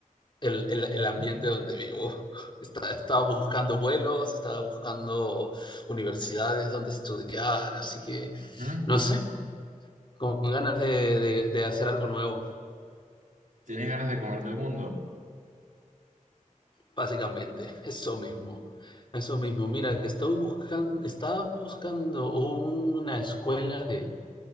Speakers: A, on the left (about 35°); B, on the right (about 70°).
A: el, el- el ambiente
B: Ah,
A: donde vivo. Está- estaba buscando vuelos, estaba buscando universidades donde estudiar, así que
B: Ujú.
A: no sé, con ganas de, de- de hacer algo nuevo,
B: ¿Tienes ganas de comerte el mundo?
A: básicamente. Eso mismo, eso mismo. Mira, que estoy buscando, estaba buscando una escuela